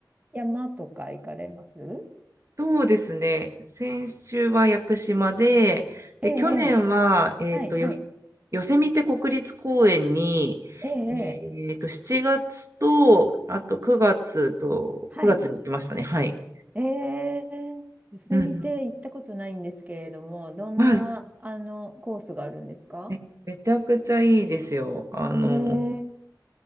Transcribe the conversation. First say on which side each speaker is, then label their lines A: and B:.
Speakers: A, on the right (about 20°); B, on the right (about 40°).
A: 山とか行かれます
B: そうですね。先週は屋久島で、で、
A: ええ
B: 去年は、えっと、
A: はい、はい。
B: よ、ヨセミテ国立公園に、
A: ええ
B: えっと、7月と、あと9月と、
A: はい。
B: 9月に行きましたね。はい。
A: ええ寄せ見て行ったことないんですけれども、
B: うんう
A: どんな、
B: ん。はい。
A: あの、コースがあるんですか
B: め、めちゃくちゃいいですよ。あの、
A: ええ